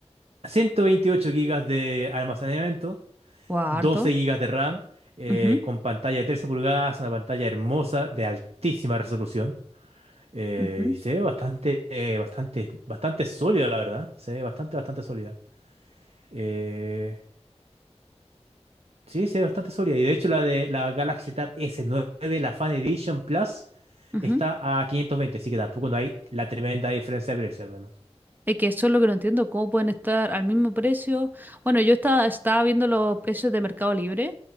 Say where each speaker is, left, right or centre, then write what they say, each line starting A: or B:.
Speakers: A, on the right; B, on the right.
A: 128 gigas de almacenamiento,
B: Guau,
A: 12
B: harto.
A: gigas de RAM, eh,
B: Ujú,
A: con pantalla de 13 pulgadas, una pantalla hermosa de altísima resolución. Eh,
B: ujú,
A: y se ve bastante, eh, bastante, bastante sólida, la verdad. Se ve bastante, bastante sólida. Eh, sí, se ve bastante sólida. Y de hecho, la de la Galaxy Tab S9, la Fan Edition Plus,
B: ujú.
A: está a 520 así que tampoco no hay la tremenda diferencia de precio, al menos.
B: Es que eso es lo que no entiendo, cómo pueden estar al mismo precio. Bueno, yo estaba, estaba viendo los precios de Mercado Libre